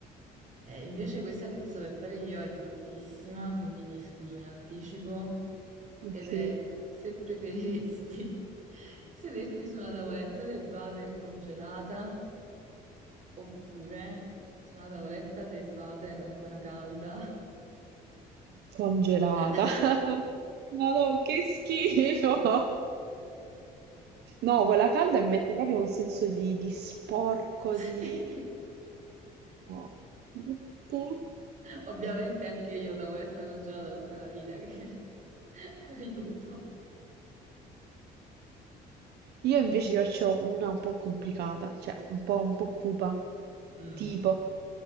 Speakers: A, on the right; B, on the right.
A: Eh, invece questa che ti sto per fare io è bruttissima, quindi mi scuso in anticipo,
B: Ok.
A: ed è se preferiresti <laughs> sederti su una tavoletta del water congelata oppure su una tavoletta del water ancora calda.
B: Congelata.
A: <laughs>
B: <laughs> Madò, che schifo! No, quella calda mi mette proprio un senso di, di sporco,
A: Sì.
B: di... No. Tu?
A: Ovviamente anche io tavoletta congelata tutta la vita, che <laughs> aiuto.
B: Io invece ti faccio una un po' complicata, cioè un po', un po' cupa.
A: Mm.
B: Tipo,